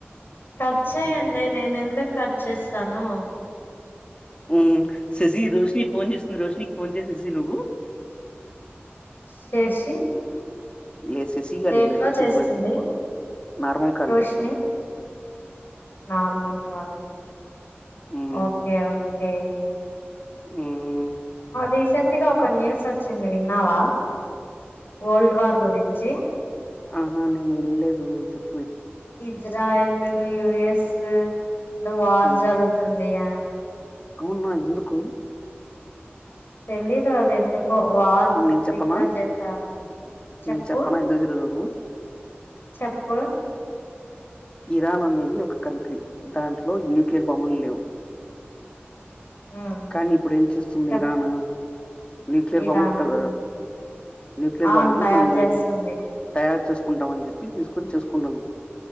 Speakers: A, on the left; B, on the left.
A: కట్ చేయన్లె నేన్ ఎందుకు వచ్చేస్తాను
B: హు శశి రోషని ఫోన్ చేస్తుంది రోషినికి ఫోన్ చేసి శశి నువ్వు
A: చేసి
B: లేదు సెసీ గాడి
A: దేంట్లో
B: లేదు రోష
A: చేస్తుంది
B: కొంచెం నార్మల్ కాల్
A: రోషిని
B: చేస్తుంది
A: నార్మల్ కాల
B: మ్మ్
A: ఓకే ఒకే
B: మ్మ్
A: రీసెంట్ గా ఒక న్యూస్ వచ్చింది విన్నావ ఓల్డ్ వార్ గురించి
B: ఆహ నేను విన్లేదు నువ్వు చెప్
A: ఇజ్రాయిల్ అండ్ యుఎస్ అద వార్
B: హ్మ్.
A: జరుగుతుందిగ
B: అవునా ఎందుకు
A: తెలిదు అది ఎందుక్ కొ వాల్
B: నేను చెప్పనా?
A: డిక్లర్ చేస్తారు చెప్పు
B: నేను చెప్పనా ఎందుకు జరుగుతుందో?
A: చెప్పు
B: ఇరాన్ అనేది ఒక కంట్రీ దాంట్లో న్యూక్లియర్ బాంబులు లేవు
A: ఉమ్
B: కానీ ఇప్పుడు ఏం చేస్తుంది
A: చెప్పు
B: ఇరాన్ న్యూక్లియర్
A: ఇరాన్
B: బాంబు ట
A: ఉమ్
B: న్యూక్లియర్
A: అవును
B: బాంబులు
A: తయారు
B: మేము
A: చేస్తుంది
B: తయారు చేస్ కుంటామని చెప్పి తీసుకొని చేసుకుంటద్